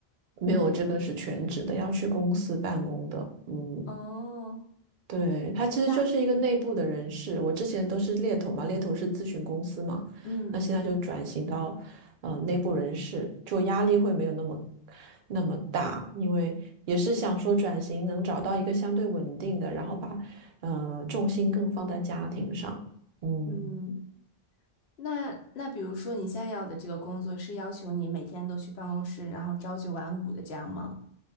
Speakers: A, on the right; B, on the left.
A: 没有这个是全职的，要去公司办公的，嗯，
B: 哦，
A: 对，他其实就是一个内部的人事。
B: 那
A: 我之前都是猎头嘛，猎头是咨询公司嘛，
B: 嗯
A: 那现在就转型到呃内部人事，就压力会没有那么那么大，因为也是想说转型能找到一个相对稳定的，然后把呃重心更放在家庭上。嗯，
B: 嗯，那那比如说你现在要的这个工作是要求你每天都去办公室，然后朝九晚五的这样吗？